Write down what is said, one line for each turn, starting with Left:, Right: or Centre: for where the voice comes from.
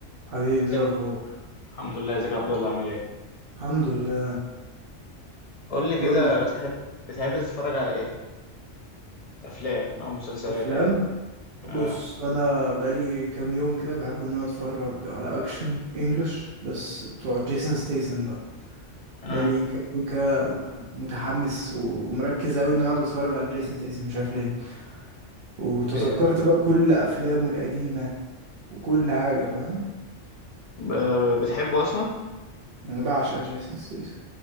Right: حبيبي
Left: ازيك
Right: إيه الاخبار
Left: الحمد لله ازيك يا عبد الله عامل ايه
Right: الحمد لله
Left: قول لي
Right: قول
Left: كده
Right: لي
Left: بتحب بتحب تتفرج على ايه افلام او مسلسلات
Right: افلام
Left: عادي آه.
Right: بص انا بقالي كام يوم كده بحب ان انا اتفرج على اكشن انجلش بس بتوع جيسون ستيسن بقى
Left: آه.
Right: بقالي كام يوم كده متحمس ومركز اوي ان انا اقعد اتفرج على جيسون ستيسن مش عارف ليه وتذكرت
Left: ب-
Right: بقى كل افلامه القديمه وكل حاجه فاهم
Left: ب- بتحبه اصلا
Right: انا بعشق جيسون ستيسن